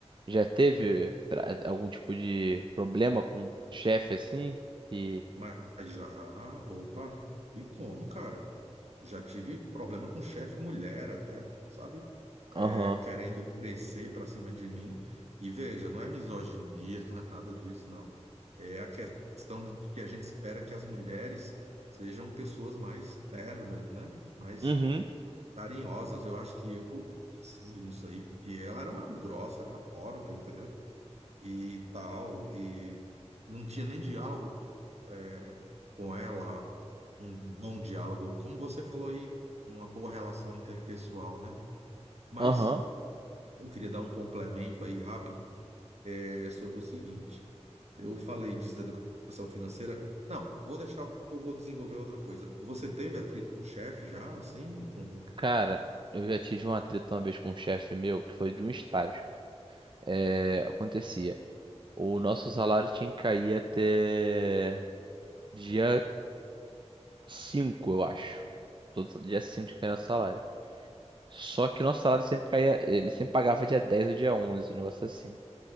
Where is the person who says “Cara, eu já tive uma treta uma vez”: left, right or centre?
Right